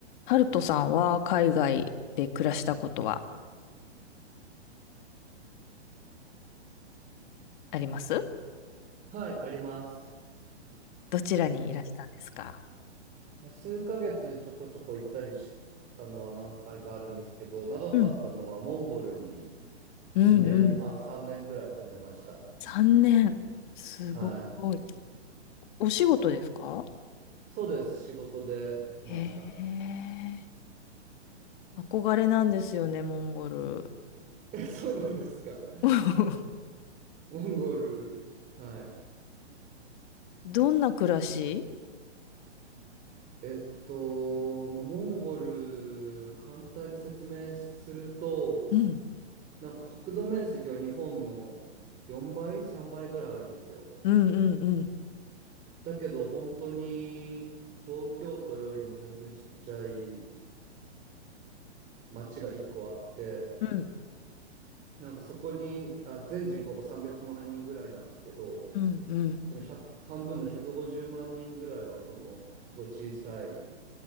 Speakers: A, on the left; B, on the right.
A: ハルトさんは海外で暮らしたことはあります
B: はい、あります。
A: どちらにいらしたんですか
B: え数ヶ月ちょこちょこ行ったりしたのは何回かあるんですけど、長かったのはモンゴルに
A: うん。うんうねん。
B: 2年半、3年ぐらい住んでました。
A: 3年。すごい。
B: はい。
A: お仕事ですか
B: そうです。仕事で行きました。
A: へえ。憧れなんですよね、モンゴル。
B: え、そうなんですか。
A: <laughs>
B: モンゴル。はい。
A: どんな暮らし
B: えっと、まあ、モンゴル、簡単に説明すると、
A: うん。
B: なんか国土面積は日本の4倍、3倍ぐらいあるんですよ。
A: うんうんうん。
B: だけど本当に東京都よりも全然ちっちゃい町が1個あって、
A: うん。
B: なんかそこに、あ、全人口が300万人ぐらいなんですけど、
A: うんうん。
B: その100、半分の150万人ぐらいはそのすごい小さい